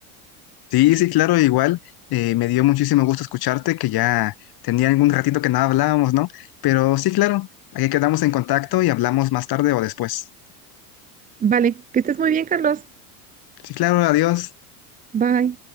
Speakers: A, on the left; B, on the right.
A: Sí, sí, claro, igual. eh, me dio muchísimo gusto escucharte, que ya tenía algún ratito que no hablábamos, ¿no? Pero sí, claro, ahí quedamos en contacto y hablamos más tarde o después.
B: Vale, que estés muy bien, Carlos.
A: Sí, claro, adiós.
B: Bye.